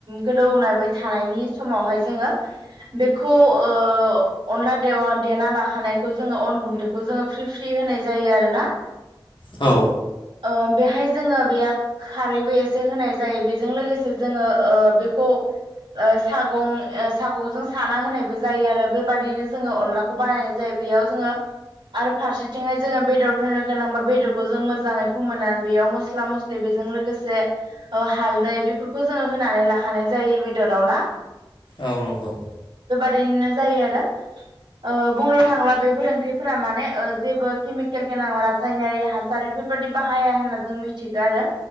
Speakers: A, on the right; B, on the left.
A: गोदौबाय थानायनि समावहाय जोङो बेखौ ओ अनला देना लाखानायखौ जोङो अन गुन्दैखौ जोङो फ्रि फ्रि होनाय जायो आरोना
B: औ
A: ओ बेहाय जोङो बेयो खारैबो एसे होनाय जायो बेजों लोगोसे जोङो ओ बेखौ ओ सागं सागंजों साना होनाय जायो आरो बे बादिनो जोङो अनलाखौ बानायनाय जायो बेयाव जोङो आरो फारसेथिंहाय जोङो बेदर होनो गोनांबा बेदरखौ जों मोजाङै फोमोनानै बेयाव मस्ला मस्लि बेजों लोगोसे हालदै बेफोरखौ जोङो होनानै लाखानाय जायो बेदराव ना
B: औ नंगौ
A: दिनो जायो आरो ओ बुंनो थाङोब्ला बेफोर ओंख्रिफोरा माने ओ जेबो केमिकेल गोनां रासायनारि हासार बेफोरबायदि बाहाया होनना जों मिथिगौ आरो